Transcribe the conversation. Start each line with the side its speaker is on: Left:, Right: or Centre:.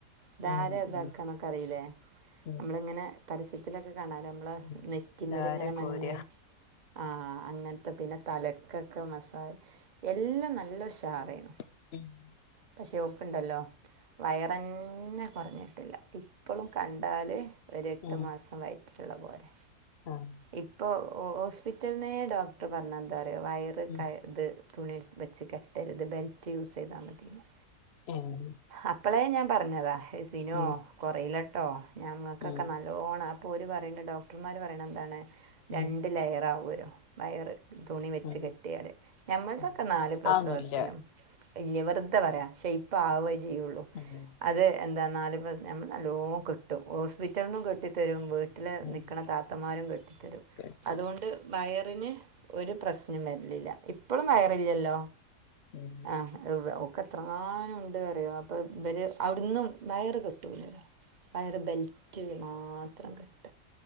Right: ഇതാര
Left: ഉം
Right: ഇതാക്കാ
Left: ഉം
Right: എന്നൊക്കെ അറിയില്ലേ
Left: ഉം
Right: നമ്മള ഇങ്ങനെ പരസ്യത്തിലൊക്കെ കാണാറ
Left: ഉം
Right: നെറ്റിമേലെ
Left: ധാര
Right: ഇങ്ങനെ മഞ്ഞൾ
Left: കോര
Right: ആഹ് അങ്ങനത്തെ പിന്നെ തലക്കൊക്കെ മസാജ് എല്ലാം നല്ല ഉഷാറായിരുന്നു
Left: <unintelligible>
Right: പക്ഷെ ഓൾക് ഉണ്ടലോ വയർന്നെ കുറഞ്ഞിട്ടില്ല ഇപ്പോഴും കണ്ടാല് ഒരു എട്ട്
Left: ഉം
Right: മാസം വയറ്റിലുള്ള പോലെ
Left: ആഹ്
Right: ഇപ്പോൾ ഹോസ്പിറ്റലിന്നേ ഡോക്ടർ പറഞ്ഞാ എന്താന്ന് അറിയോ വയറ്
Left: ഉം
Right: ക ഇത് തുണി വെച്ച് കെട്ടരുത് ഇത് ബെൽറ്റ് യൂസ് ചെയ്താൽ മതീന്നാ
Left: ഉം
Right: അപ്പളേ ഞാൻ പറഞ്ഞതാ എ സിനോ
Left: ഉം ഉം
Right: കൊറയിലട്ടോ ഞങ്ങൾക്കൊക്കെ
Left: ഉം
Right: നല്ലോണം പ്പോര് പറയണ ഡോക്ടർമാർ പറയണ എന്താണ് രണ്ട്
Left: ഉം
Right: ലയറാവോലൊ വയറ്. തുണി വെച്ച്
Left: ഉം
Right: കെട്ടിയാല് ഞമ്മൾതൊക്കെ
Left: ഉം
Right: നാല് പ്രസവത്തിനും
Left: അതൊന്നുല്ല
Right: വവർ ഇത്ര പറയാ ഷേപ്പ് ആവുകേ ചെയ്യുള്ളൂ.
Left: ഉം.
Right: അത് എന്താെന്നാല് പാസ് നമ്മൾ നല്ലോ കെട്ടു ഹോസ്പിറ്റലിൽ നിന്നും കെട്ടി തരും വ്
Left: ഉം
Right: നിക്കണേ താന്മാരു കെട്ടിരും
Left: കേട്ടു
Right: അതൊ ഒണ്ട് വയറിന് ഒരു പ്രശ്നം വർന്നില്ല ഇപ്പോഴു വയറില്ലല്ലോ
Left: ഉം
Right: ആഹ്‌ വെ ഒക്ക എത്രങ്ങാനു ഉ പറിയോ അപ്പൊ ഇവര് അവിടന്നും വയറ് കെട്ടൂല്ലല്ലോ വയറ് ബെൽറ്റ് മാത്രം കെട്ട.